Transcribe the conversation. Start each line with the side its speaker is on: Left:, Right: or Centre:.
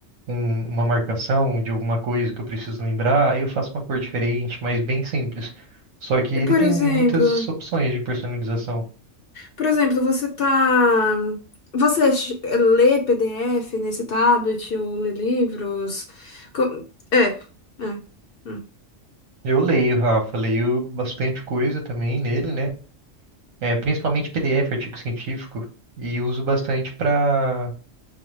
Right: um- uma marcação de alguma coisa que eu preciso lembrar, aí eu faço uma cor diferente, mas bem simples. Só que
Left: E
Right: ele
Left: por
Right: tem
Left: exemplo.
Right: muitas opções de personalização.
Left: Por exemplo, você tá. Você ch- lê PDF nesse tablet ou lê livros? Co- É, é. hum.
Right: Eu leio, Rafa, leio bastante coisa também nele, né? É, principalmente PDF, artigo científico, e uso bastante para